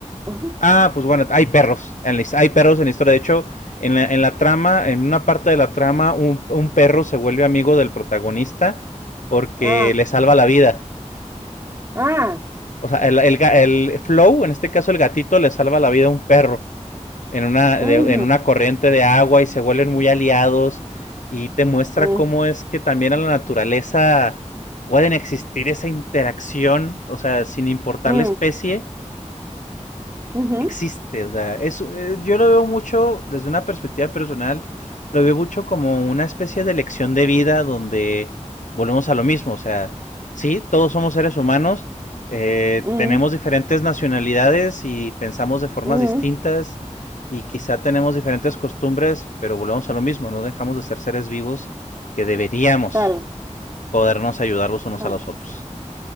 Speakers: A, on the right; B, on the left.
A: <laughs>
B: Ah, pues bueno, hay perros. En la, hay perros en la historia. De hecho, en la, en la trama, en una parte de la trama, un, un, perro se vuelve amigo del protagonista porque
A: Ah,
B: le salva la vida.
A: ah,
B: O sea, el, el, el Flow, en este caso el gatito, le salva la vida a un perro en una,
A: ujú,
B: de, en una corriente de agua y se vuelven muy aliados y te muestra
A: mm,
B: cómo es que también en la naturaleza pueden existir esa interacción, o sea, sin importar
A: mm,
B: la especie,
A: ujú,
B: existe. O sea, es, eh, yo lo veo mucho desde una perspectiva personal, lo veo mucho como una especie de lección de vida donde volvemos a lo mismo. O sea, sí, todos somos seres humanos, eh,
A: mm,
B: tenemos diferentes nacionalidades y pensamos de formas
A: mm,
B: distintas y quizá tenemos diferentes costumbres, pero volvemos a lo mismo, no dejamos de ser seres vivos que deberíamos
A: Claro,
B: podernos ayudar los unos
A: ah,
B: a los otros.